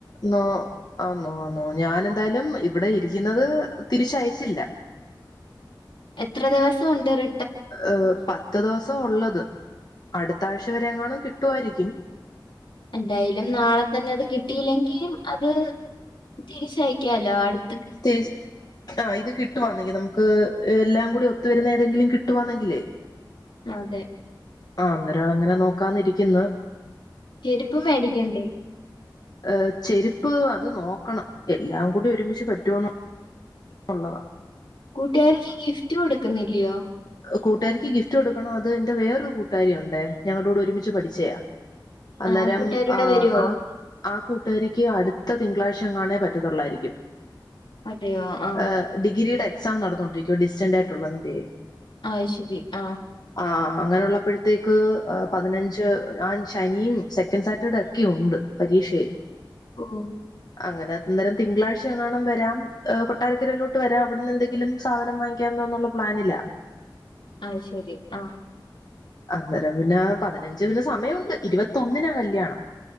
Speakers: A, on the left; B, on the left.
A: നൊ ആനൊ ഞാനെന്തായാലും ഇവിടെ ഇരിക്കുന്നത് തിരിച്ചയച്ചില്ല
B: എത്ര ദിവസം ഉണ്ടര്
A: ഏ പത്ത് ദിവസം ഉള്ളത് അടുത്താഴ്ച വരെ എങ്ങാനും കിട്ടുവാ യിരിക്കും
B: എന്തായാലും നാളെ തന്നെ അത് കിട്ടിയില്ലെങ്കിം അത് തിരിച്ചയക്കാലോ അടു-
A: രതി ആഇത് കിട്ട വാന്നെങ്കിൽ നമുക്ക് എല്ലാം കൂടി ഒത്തൊരു നേരംങ്കിലും കിട്ടുവാന്നെങ്കിലേ
B: അതെ
A: ആ അന്നേരം അങ്ങനെ നോക്കാന്നിരിക്കുന്നു
B: ചെരുപ്പും മേടിക്കണ്ടേ
A: ഏ ചെരുപ്പ് അത് നോക്കണം എല്ലാം കൂടി ഒരുമിച്ച് പറ്റോന്ന് ഉള്ളതാ
B: കൂട്ടുകാര്ക്ക് ഗിഫ്റ്റ് കൊടുക്കുന്നില്ലയോ
A: കൂട്ടാരിക്ക്ഗിഫ്റ്റ് കൊടുക്കണം അതോ എന്റെ വേറൊരു കൂട്ടാരിയ ഉണ്ടേ ഞങ്ങളോടെ ഒരുമിച്ച് പഠിച്ചയാ അന്നേരം
B: ആഹ് കൂട്ടുകാരിയുടെ
A: ആ
B: വരുവോ
A: ആ ആ കൂട്ടുകാരിക്ക് അടുത്ത തിങ്കളാഴ്ച ങ്ങാനെ പറ്റുത്തു ള്ളായിരിക്കും
B: അതെയോ ആഹ്
A: ഏ ഡിഗ്രിയുടെ ക്സാം നടന്നുകൊണ്ടിരിക്കുവ ഡിസ്റ്റന്റ് ആയിട്ടുള്ളതെന്തേ
B: ആഹ് ശരി ആ
A: ആ അങ്ങനുള്ളപ്പഴത്തേക്ക് പതിനഞ്ച് ഞാൻ ശനിയും സെക്കൻഡ് സാറ്റർഡേ ഒക്കെയുണ്ട് പരീക്ഷേ
B: ഓ
A: അങ്ങനെ അന്നേരം തിങ്കാഴ്ചഎങ്ങാനം വരാം കൊട്ടാരക്കരയിലോട്ട് വരാം അ വിടുന്ന് എന്തെങ്കിലും സാദനം വാങ്ങിക്കാലോ വാങ്ങിക്കാ ന്നൊള്ള പ്ലാനില
B: ആ ശരി ആ
A: അന്നരം പിന്നാ പതിനഞ്ച് സമയുണ്ട് ഇരുപത്തൊന്നിനാ കല്യാണം